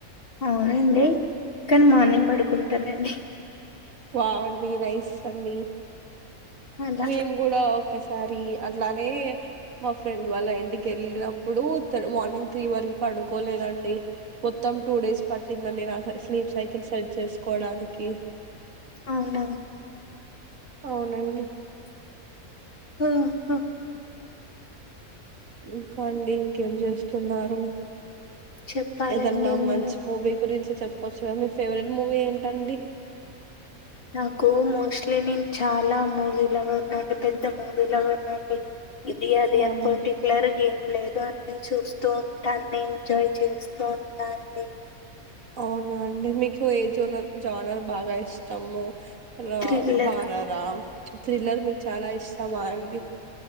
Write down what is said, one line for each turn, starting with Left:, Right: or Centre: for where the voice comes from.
Left: అవునండి కానీ మార్నింగ్ పడుకుంటానండి.
Right: వావ్ అండి నైస్ అండి.
Left: అలా
Right: మేము కూడా. ఒకసారి అట్లానే మా ఫ్రెండ్ వాళ్ళ ఇంటికి వెళ్ళినప్పుడు తల మార్నింగ్ త్రీ వర పడుకోలేదండి మొత్తం టూ డేస్ పట్టిందండి నాక నేను స్లీప్ సైకిల్ సెట్ చేసుకోవడానికి. కి
Left: అవునా.
Right: అవునండి.
Left: ఆహ్ హ్.
Right: ఇంకాండి ఇంకేం చేస్తున్నారు.
Left: చెప్పాలండి
Right: ఏదన్నా
Left: మీరు
Right: మంచి మూవీ గురించి. చెప్పొచ్చుగా మీ ఫేవరెట్ మూవీ ఏంటండి.
Left: నాకు మోస్ట్లీ నేను చాలా మూవీలవర్నండి. పెద్ద మూవీ లవర్నండి. ఇది అది
Right: అవునా
Left: అంత పర్టిక్యులర్ గా ఏం లేదు. అన్ని చూస్తూ ఉంటా అన్ని ఎంజాయ్ చేస్తూ ఉంటా అండి.
Right: అవునా అండి మీకు ఏ జోనల్ జోనర్ బాగా ఇష్టము. ర
Left: థ్రిల్లర్
Right: హారరా ప్చ్ థ్రిల్లర్ మీకు చాలా ఇష్టమా అండి.